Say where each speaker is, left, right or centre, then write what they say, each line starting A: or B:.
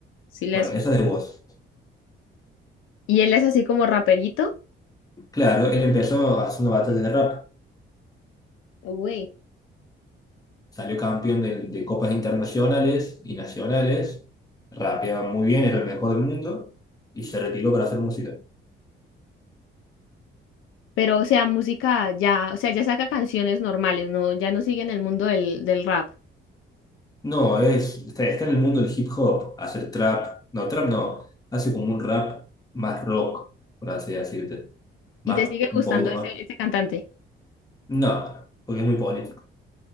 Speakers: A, on the left; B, on the left.
A: Sí, la
B: Bueno,
A: escuché.
B: esa es de Woz.
A: Y él es así como raperito,
B: Claro, él empezó haciendo batallas de rap.
A: Uy.
B: Salió campeón de, de copas internacionales y nacionales. Rapeaba muy bien, era el mejor del mundo. Y se retiró para hacer música.
A: pero o sea, música ya, o sea, ya saca canciones normales, no, ya no sigue en el mundo del, del rap.
B: No, es, está, está en el mundo del hip hop, hacer trap. No, trap no. Hace como un rap más rock, por así decirte. Más,
A: ¿Y te sigue
B: un
A: gustando
B: poquito
A: ese,
B: más.
A: ese cantante?
B: No, porque es muy político.